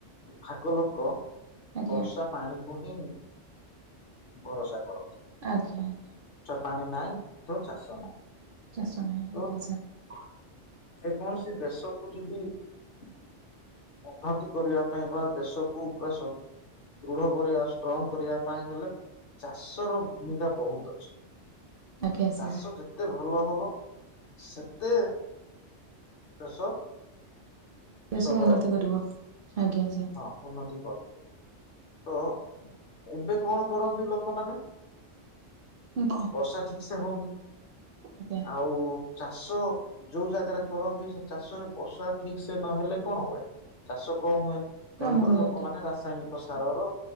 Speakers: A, on the left; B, on the right.
A: ଭାଗ ଲୋକ
B: ଆଜ୍ଞା
A: ବର୍ଷା ପାଣିକୁ ହିଁ ଭରସା କରନ୍ତ।
B: ଆଜ୍ଞା ଆଜ୍ଞା।
A: ପାଣି ନାହିଁ ତ ଚାଷ ନାହିଁ।
B: ଚାଷ ନାହିଁ।
A: ତ
B: ଆଜ୍ଞା ସାର୍।
A: ଯେକୌଣସି ଦେଶକୁ ଯଦି ଉନ୍ନତି କରିବା ପାଇଁ ବା ଦେଶକୁ ପୁରା ଦୃଢ କରି ଆସୁ ଷ୍ଟ୍ରଙ୍ଗ କରିବା ପାଇଁ ହେଲେ ଚାଷ ର ଭୂମିକା ବହୁତ ଅଛି।
B: ଆଜ୍ଞା ସାର୍
A: ଚାଷ ଯେତେ ଭଲ ହବ ସେତେ ଦେଶ
B: ଦେଶ
A: ସବଳ
B: ଉନ୍ନତି
A: ହବ।
B: କରିବ। ଆଜ୍ଞା ସାର୍
A: ହଁ ଉନ୍ନତି। ତ ଏବେ କଣ କରନ୍ତି ଲୋକମାନେ।
B: ଆଜ୍ଞା
A: ବର୍ଷା ଠିକ ସେ ହଉନି
B: ଆଜ୍ଞା
A: ଆଉ। ଚାଷ ଯୋଉ ଜାଗାରେ କରନ୍ତି ସେ ଚାଷରେ ବର୍ଷା ଠିକ୍ ସେ ନହେଲେ କଣ ହୁଏ। ଚାଷ କମ ହୁଏ
B: କମ
A: ତେଣୁକରି
B: ହୁଏ
A: ଲୋକମାନେ
B: ଆଜ୍ଞା
A: ରାସାୟନିକ। ସାର ର